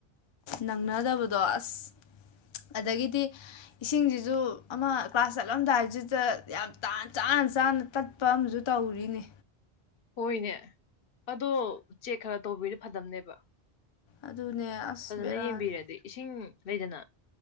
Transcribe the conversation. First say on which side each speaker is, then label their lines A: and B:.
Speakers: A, on the left; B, on the left.
A: ꯅꯪꯅꯗꯕꯗꯣ ꯑꯁ ꯑꯗꯒꯤꯗꯤ ꯏꯁꯤꯡꯁꯤꯁꯨ ꯑꯃ ꯀ꯭ꯂꯥꯁ ꯆꯠꯂꯝꯗꯥꯏꯁꯤꯗ ꯌꯥꯝ ꯇꯥꯟ ꯆꯥꯅ ꯆꯥꯅ ꯇꯠꯄ ꯑꯃꯁꯨ ꯇꯧꯔꯤꯅꯦ
B: ꯍꯣꯏꯅꯦ ꯑꯗꯣ ꯆꯦꯛ ꯈꯔ ꯇꯧꯕꯤꯔ ꯐꯗꯝꯅꯦꯕ
A: ꯑꯗꯨꯅꯦ ꯑꯁ
B: ꯐꯖꯅ
A: ꯕꯦꯔꯥꯅꯤ
B: ꯌꯦꯡꯕꯤꯔꯗꯤ ꯏꯁꯤꯡ ꯂꯩꯗꯅ